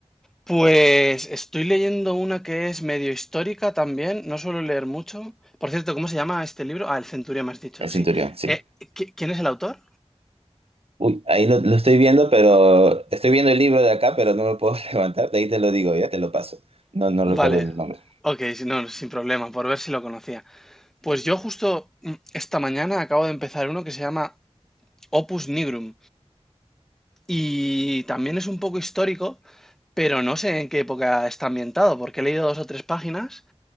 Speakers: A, in the centre; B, on the right (about 60°).
A: Pues estoy leyendo una que es medio histórica también, no suelo leer mucho. Por cierto, ¿cómo se llama este libro? Ah, El Centurión, me has dicho,
B: El Centurión,
A: sí.
B: sí.
A: Eh, ¿qui- ¿quién es el autor?
B: Uy, ahí lo, lo estoy viendo, pero estoy viendo el libro de acá, pero no me puedo <laughs> levantar. De ahí te lo digo, ya te lo paso. No, no recuerdo
A: Vale,
B: el nombre.
A: ok, si no, sin problema, por ver si lo conocía. Pues yo justo mm, esta mañana acabo de empezar uno que se llama Opus Nigrum, Y también es un poco histórico, pero no sé en qué época está ambientado, porque he leído dos o tres páginas,